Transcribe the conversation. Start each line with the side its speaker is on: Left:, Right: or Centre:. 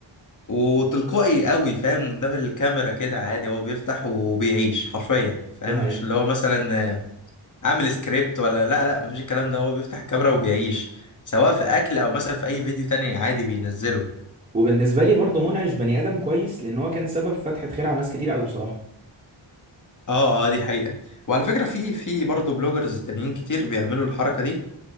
Left: وتلقائي قوي فاهم قدام الكاميرا كده عادي هو بيفتح وبيعيش حرفيا فاهم
Right: دي حقيقه
Left: مش اللي هو مثلا آه، عامل سكريبت ولا لا لا مفيش الكلام ده هو بيفتح الكاميرا وبيعيش سواء في اكل او مثلا في اي فيديو تاني عادي بينزله
Right: وبالنسبه لي برضه منعش بني ادم كويس لان هو كان سبب فتحه خير على ناس كتير قوي بصراحه
Left: اه اه دي حقيقه وعلى فكره في في برضه بلوجرز تانيين كتير بيعملوا الحركه دي